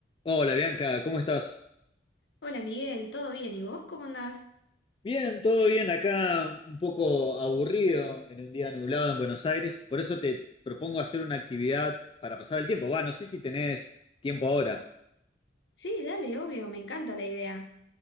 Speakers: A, on the left (about 25°); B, on the left (about 65°).
A: Hola Bianca, ¿cómo estás?
B: Hola Miguel, ¿todo bien? ¿Y vos cómo andás?
A: Bien, todo bien acá, un poco aburrido en un día nublado en Buenos Aires, por eso te propongo hacer una actividad para pasar el tiempo. Va, no sé si tenés tiempo ahora.
B: Sí, dale, obvio, me encanta la idea.